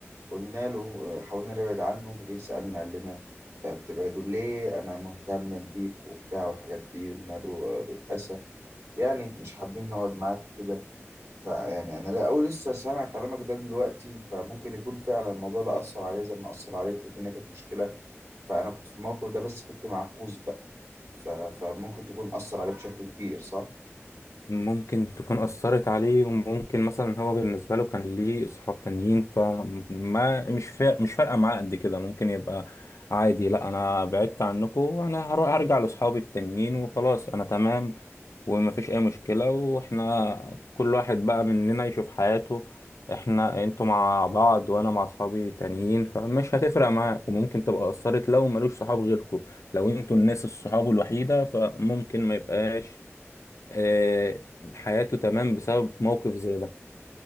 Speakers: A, on the right; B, on the left.
A: قلنا له آه، حاولنا نبعد عنه فجه سألنا قال لنا آه، بتبعدوا ليه أنا مهتم بيك وبتاع والحاجات دي قلنا له آه، للأسف يعني مش حابين نقعد معاك كده فيعني انا لا أول لسه سامع كلامك ده دلوقتي فممكن يكون فعلا الموضوع ده اثر عليه زي ما اثر عليك والدنيا كانت مشكله فانا كنت في الموقف ده بس كنت معكوس بقى ف... فممكن تكون اثر عليه بشكل كبير صح
B: ممكن تكون أثرت عليه وممكن مثلا هو بالنسبة له كان ليه أصحاب تانيين فما مش فارق مش فارقة معاه قد كده ممكن يبقى عادي لا أنا بعدت عنكم وأنا هر- هرجع لأصحابي التانيين وخلاص أنا تمام ومفيش أي مشكلة وإحنا كل واحد بقى مننا يشوف حياته إحنا أنتوا مع بعض وأنا مع أصحابي تانيين فمش هتفرق معاه وممكن تبقى أثرت لو ملوش صحاب غيركم لو أنتوا الناس الصحاب الوحيدة فممكن ما يبقاش آه، حياته تمام بسبب موقف زي ده